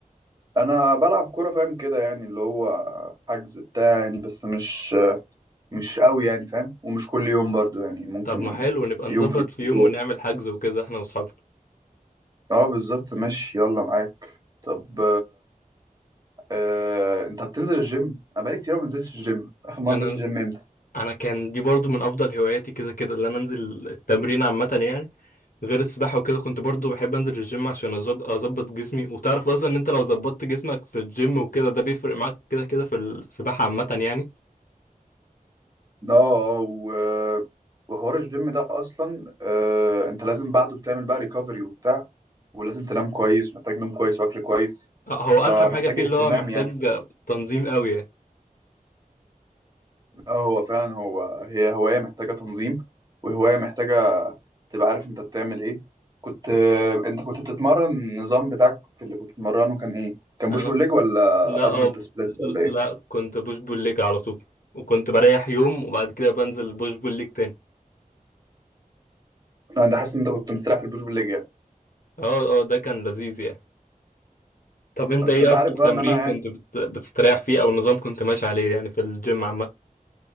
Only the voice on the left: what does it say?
طب ما حلو نبقى
نظبط
في يوم ونعمل حجز وكده إحنا وأصحابنا
أنا
أنا كان دي برضو من أفضل هواياتي كده كده اللي أنا أنزل التمرين عامة يعني غير السباحة وكده كنت برضو بحب أنزل الجيم عشان أظب- أظبط جسمي وتعرف أصلا إن أنت لو ظبطت جسمك في الجيم وكده ده بيفرق معاك كده كده في السباحة عامة يعني
آه، هو
أرخم حاجة فيه
اللي هو محتاج
تنظيم قوي يعني.
انا
لا
أه ب...
لا كنت بوش بول ليج على طول وكنت بريح يوم وبعد كده بنزل بوش بول ليج تاني
اه اه ده كان لذيذ يعني طب انت
ايه
اكتر
تمرين
كنت
بت... بتستريح فيه او نظام كنت ماشي عليه يعني في الجيم عامة